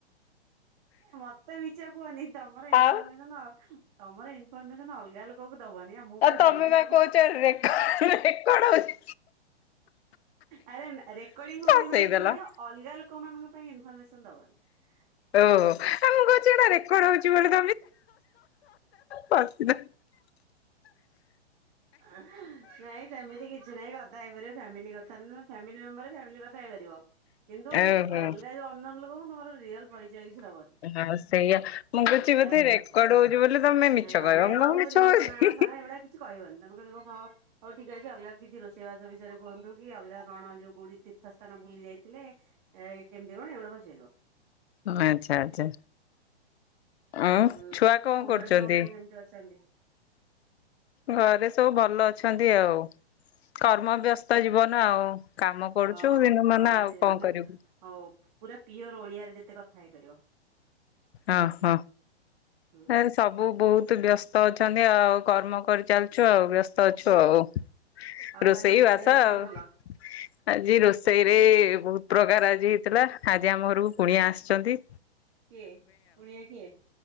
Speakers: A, on the right; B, on the left.
A: ମତେ ମିଛ କୁହନି ତମର ଇନଫରମେସନ
B: ଆଉ
A: ଅ ତମର ଇଫର୍ମେସନ୍ ଅଲଗା ଦବନି ଆ ମୁଁ
B: ଆଉ
A: କ
B: ତମେ
A: ଜାଣିଛି
B: ବା
A: ତମକୁ
B: କହୁଛ ରେକର୍ଡ ରେକର୍ଡ ହଉଛି
A: ଆରେ ରେକର୍ଡିଙ୍ଗ
B: ଫସେଇଦେଲ।
A: ହଉଛି ମାନେ କଣ କହିଲ ଅଲଗା ଲୋକ ମାନଙ୍କ ପାଇଁ ଇନଫର୍ମେସନ୍। ହ <unintelligible>
B: ଓ। କହୁଛି ଏଟା ରେକର୍ଡ ହଉଛି ବୋଲି <unintelligible> ମ
A: ନାଇଁ ସେମିତି କିଛି ନାଇଁ କଥା ହେଇପାରିବ ଫ୍ୟାମିଲି କଥା <unintelligible> <unintelligible> କଥା ହେଇପାରିବ କିନ୍ତୁ ମାନେ
B: ଓହୋ
A: ଅଲଗା ଯୋଉ ଅନ୍ୟାନ୍ୟ ଲୋକଙ୍କୁ ତମର ରିଏଲ୍ ପରିଚୟ କିଛି ଦବନି
B: ହଁ ସେଇଆ ମୁଁ କହୁଛି
A: ସେ ଏଟା
B: ବୋଧେ
A: ହଉଛି
B: ରେକର୍ଡ
A: କଥା
B: ହଉଛି ବୋଲି ତମେ ମିଛ
A: ନାଇଁ
B: କହିବ
A: ଅଲଗା
B: ମୁଁ କଣ ମିଛ
A: ରିଏଲ
B: କହୁଛି
A: ନା ଫାଁ ଏଗୁଡା କିଛି କହିବନି ତମେ କ <unintelligible> ହଁ ହଉ ଠିକ ଅଛି। ଅଲଗା କିଛି ରୋଷେଇବାସ ବିଷୟରେ କୁହନ୍ତୁ କି ଅଲଗା କଣ ଯୋଉ କୋଉଠି ତୀର୍ଥସ୍ଥାନ ବୁଲି ଯାଇଥିଲେ, ଏ କେମିତି କଣ ଏଗୁଡା ପଚାରିବ?
B: ଆଚ୍ଛା ଆଚ୍ଛା। ଉଁ
A: ହୁଁ
B: ଛୁଆ କଣ
A: ଆଉ
B: କରୁଚନ୍ତି?
A: ଘରେ ସବୁ କିଏ କେମିତି ଅଛନ୍ତି?
B: ଘରେ ସବୁ ଭଲ ଅଛନ୍ତି ଆଉ। କର୍ମ ବ୍ୟସ୍ତ ଜୀବନ ଆଉ। କାମ କରୁଛୁ
A: ହଁ
B: ଦିନ ମାନ
A: ହ ଆଣି
B: ଆଉ କଣ
A: ମାନେ
B: କରିବୁ।
A: ହଉ ପୁରା ପିଓର ଓଡିଆରେ ଯେତେ କଥା ହେଇପାରିବ।
B: ଓହୋ
A: ହୁଁ
B: ଏ ସବୁ ବହୁତ ବ୍ୟସ୍ତ ଅଛନ୍ତି ଆଉ। କର୍ମ କରିଚାଲିଚୁ ଆଉ। ବ୍ୟସ୍ତ ଅଛୁ ଆଉ।
A: ଆଉ
B: ରୋଷେଇ
A: ଆଜି ରୋଷେଇରେ
B: ବାସ ଆଉ
A: କଣ କଲ?
B: ଆଜି ରୋଷେଇରେ ବହୁତ ପ୍ରକାର ଆଜି ହେଇଥିଲା। ଆଜି ଆମ ଘରକୁ କୁଣିଆ ଆସିଛନ୍ତି।
A: କିଏ? କୁଣିଆ କିଏ?